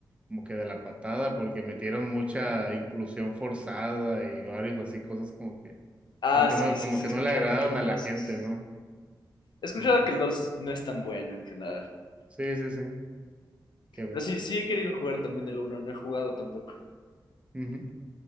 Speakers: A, on the right; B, on the left.
A: como que de la patada, porque metieron mucha inclusión forzada y varios así cosas como que,
B: Ah,
A: como que
B: sí,
A: no,
B: sí,
A: como
B: sí
A: que
B: he escuchado
A: no le agradaron
B: que el
A: a
B: 2
A: la gente,
B: es...
A: ¿no?
B: He escuchado
A: Entonces,
B: que el 2 no es tan bueno en general.
A: sí, sí, sí, que,
B: Pero sí, sí he querido jugar también el uno no he jugado tampoco.
A: ujú.